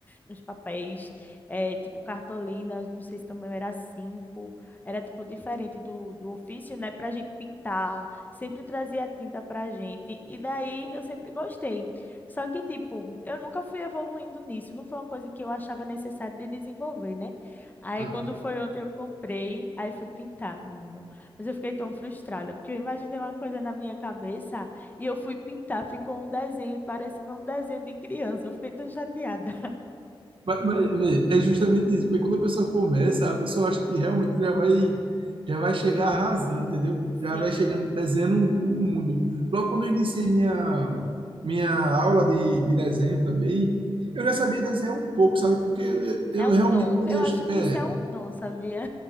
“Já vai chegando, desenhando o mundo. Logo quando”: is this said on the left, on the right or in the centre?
Right